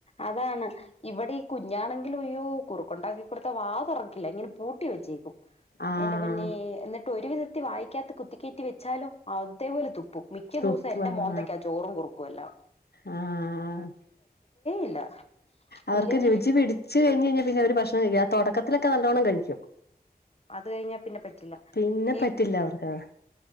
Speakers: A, on the left; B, on the left.
A: അതാണ് ഇവിടെ ഈ കുഞ്ഞാണെങ്കിലും ഇയ്യോ കുറുക്കുണ്ടാക്കി കൊടുത്താ വാ തൊറക്കില്ലാ ഇങ്ങനെ പൂട്ടി വെച്ചേക്കും
B: ആഹ്
A: എന്റെ പൊന്നേ എന്നിട്ട് ഒരു വിധത്തി വായ്ക്കകത്ത് കുത്തി കേറ്റി വെച്ചാലോ അതേ പോലെ തുപ്പും മിക്ക
B: തുപ്പ്
A: ദിവസോം എന്റെ
B: ആഹ്
A: മോന്തക്കാ ചോറും കുറുക്കുവെല്ലാം
B: ആഹ്
A: ഇല്ല
B: അവർക്ക്
A: ഇല്ലെങ്കി
B: രുചി പിടി ച്ച് കഴിഞ്ഞ് കഴിഞ്ഞാ പിന്നെ അവര് ഭക്ഷണം കഴിക്കില്ലാ ആ തൊടക്കത്തിലൊക്കെ നല്ലോണം കഴിക്കും
A: അത് കഴിഞ്ഞാ പിന്നെ പറ്റില്ല
B: പിന്നെ
A: ഈ
B: പറ്റില്ല അവർക്ക് ആഹ്